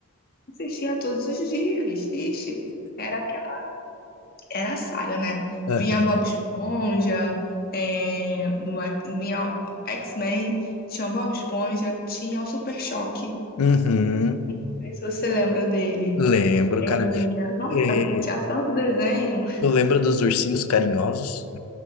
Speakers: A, on the left; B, on the left.
A: Assistia todos os dias. Ixi, era aquela, era a saga, né?
B: Aham.
A: Vinha Bob Esponja, é, no X- vinha X-Men, tinha o Bob Esponja, tinha o Super Choque.
B: Uhum.
A: Não sei se você lembra dele.
B: Lembro,
A: É,
B: cara.
A: nossa,
B: É,
A: tinha tanto desenho.
B: Tu lembra dos ursinhos carinhosos?